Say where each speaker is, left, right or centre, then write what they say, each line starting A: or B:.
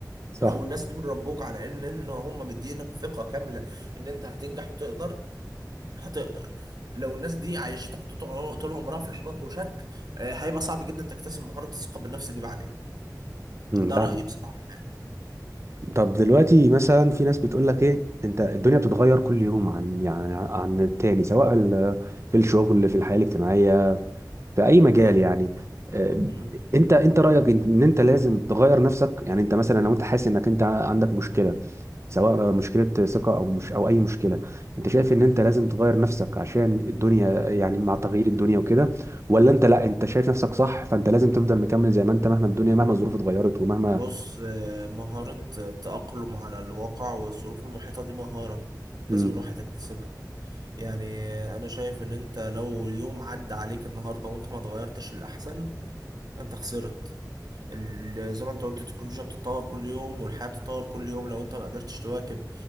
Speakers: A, on the right; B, on the right.
A: صح
B: لو الناس دول ربوك على ان ان هم مدينك ثقه كامله ان انت هتنجح وتقدر هتقدر لو الناس دي عايشتك طو- طول عمرها في احباط وشك آه، هيبقى صعب جدا تكتسب مهارة الثقة بالنفس دي بعدين
A: مم،
B: ده
A: ده
B: رأيي بصراحة يعني
A: طب دلوقتي مثلا في ناس بتقول لك ايه انت الدنيا بتتغير كل يوم عن يعني عن التاني سواء ال- في الشغل في الحياة الاجتماعية في اي مجال
B: ها
A: يعني آه،
B: مم.
A: انت انت رايك ان إن انت لازم تغير نفسك يعني انت مثلا لو انت حاسس انك انت عندك مشكله سواء مشكله ثقه او مش او اي مشكله انت شايف ان انت لازم تغير نفسك عشان الدنيا يعني مع تغيير الدنيا وكده ولا انت لا انت شايف نفسك صح فانت لازم تفضل مكمل زي ما انت مهما الدنيا مهما الظروف اتغيرت ومهما
B: بص آه، مهارة التأقلم على الواقع والظروف المحيطة دي مهارة
A: مم.
B: لازم الواحد يكتسبها يعني آه، أنا شايف إن أنت لو يوم عدى عليك النهاردة وأنت ما اتغيرتش للأحسن فأنت خسرت ال- زي ما انت قلت التكنولوجيا بتتطور كل يوم والحياة بتتطور كل يوم لو انت ما قدرتش تواكب